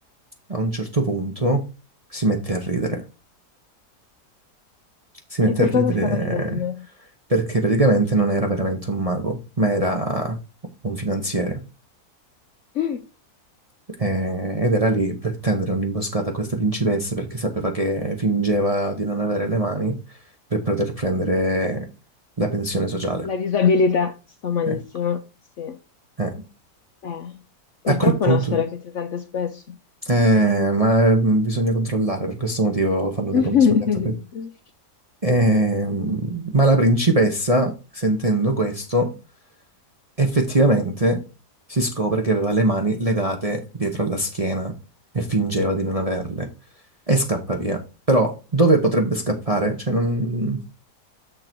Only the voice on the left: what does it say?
E per
cosa stava ridendo?
Mm.
La disabilità. Sto malissimo.
Sì.
Eh, purtroppo
è una storia che si sente spesso.
<laughs>